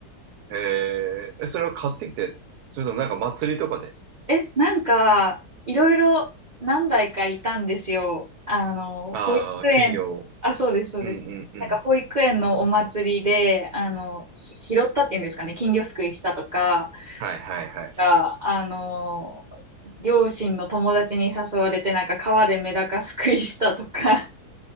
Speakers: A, on the right; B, on the right.
A: えー、えそれを買ってきたやつ。それともなんか祭りとかで。
B: え、なんか、いろいろ何台かいたんですよ。あの、
A: ああ、
B: 保育園、
A: 金魚を。
B: あ、そうです、そうです。
A: うんうんうん。
B: なんか保育園のお祭りで、あの、ひ拾ったっていうんですかね、金魚すくいしたとか、
A: はいはいはいはい。
B: が、あの両親の友達に誘われて、なんか川でメダカすくいしたとか、